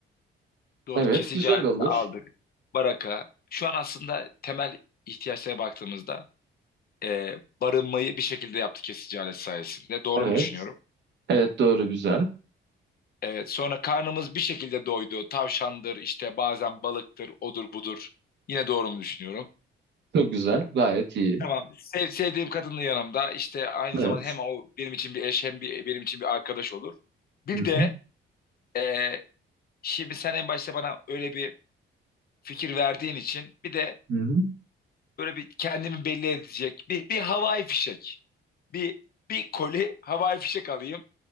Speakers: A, on the left; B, on the right.
A: Doğru
B: Evet
A: kesici
B: güzel
A: aleti
B: olur.
A: aldık. Baraka. Şu an aslında temel ihtiyaçlara baktığımızda e, barınmayı bir şekilde yaptı kesici alet sayesinde. Doğru
B: Evet.
A: mu düşünüyorum?
B: Evet doğru güzel.
A: Evet, sonra karnımız bir şekilde doydu. Tavşandır, işte bazen balıktır, odur budur. Yine doğru mu düşünüyorum?
B: Çok güzel. Gayet iyi.
A: Tamam. Sev- sevdiğim kadının yanımda işte aynı
B: Evet.
A: zaman hem o benim için bir eş hem bir, benim için bir arkadaş olur. Bir
B: Hı hı.
A: de e, şimdi sen en başta bana öyle bir fikir verdiğin için bir de
B: Hı hı.
A: böyle bir kendimi belli edecek bir bir havai fişek. Bir bir koli havai fişek alayım.